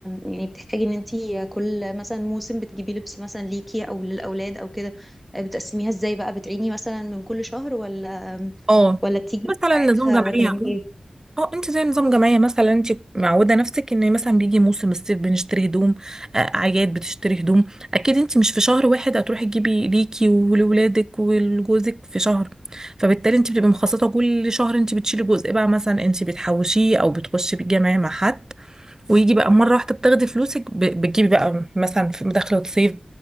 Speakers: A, in the centre; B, on the right.
A: يعني بتحتاجي ان انتي كل مثلا موسم بتجيبي لبس مثلا ليكي او للاولاد او كده بتقسميها ازاي بقى بتعيني مثلا من كل شهر ولا
B: اه
A: ولا بتيجي
B: مثلا
A: ساعتها
B: نظام جمعيه
A: تعملي ايه؟
B: اه انت زي نظام جمعيه مثلا انت معوده نفسك ان مثلا بيجي موسم الصيف بنشتري هدوم آه، اعياد بتشتري هدوم اكيد انت مش في شهر واحد هتروحي تجيبي ليكي ولولادك ولجوزك في شهر فبالتالي انت بتبقي مخصصه كل شهر انت بتشيلي جزء بقى مثلا انت بتحوشيه او بتخشي بالجمعيه مع حد ويجي بقى مرة واحدة بتاخدي فلوسك ب- بتجيبي بقى مثلا في دخلة صيف